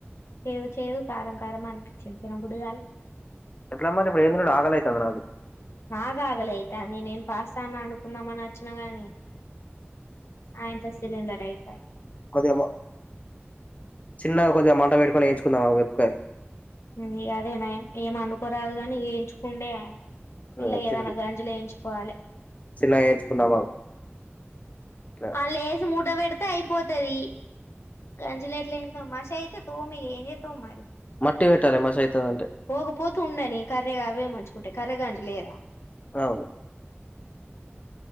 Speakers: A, on the left; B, on the left.
A: చేదు చేదు కారం కారం అనిపిచ్చింది తినబుద్ది గాల
B: ఎట్లా మరి ఇప్పుడు ఏందినల్ల ఆకలైతాంది నాకు
A: నాకు ఆకలైతాంది నేను పాస్తా అన్న అండుకుందాం అని వచ్చిన గాని ఆఇంట్లో సిలండర్ అయ్ పాయ్
B: కొద్దిగా మ- చిన్నగా కొద్దిగామంట వెట్టుకొని ఎంచుకుందామా మిరపకాయల్
A: ఇంగ అదే నయం ఏం వండుకోరాదు గాని ఏంచుకుండే పెల్ల
B: ఆ,
A: అయ్యేదాన
B: చిన్న
A: గాంజులు ఏయించుకోవాలె
B: చిన్నగా వేయించుకుందాం ఆగు ఆ,
A: ఆల్లేసి మూట వే పెడితే అయిపోతది గంజులు ఎట్ల ఏంచుతావ్ మషి అయితే తోమేయ్ ఏంజేత్తవ్ మరి
B: మట్టి పెట్టాలి మస్తు అయితది అంటే
A: పోగపోతూ ఉండని కర్రిగా అవే మంచుకుంటాయి కర్రెగాంజి లేదా
B: అవ్